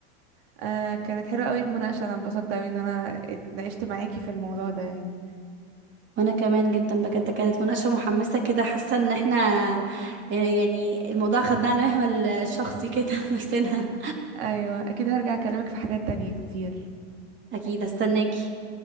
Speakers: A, on the right; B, on the right.
A: آه كانت حلوة قوي المناقشة انا اتبسطت قوي ان انا اتناقشت معاكي في الموضوع ده يعني
B: وانا كمان جدا بجد كانت مناقشة محمسة كده حاسة ان احنا آه، يعني الموضوع خدناه على محمل شخصي كده <laughs> نفسنا
A: ايوه اكيد هرجع اكلمك في حاجات تانية كتير
B: اكيد استناكي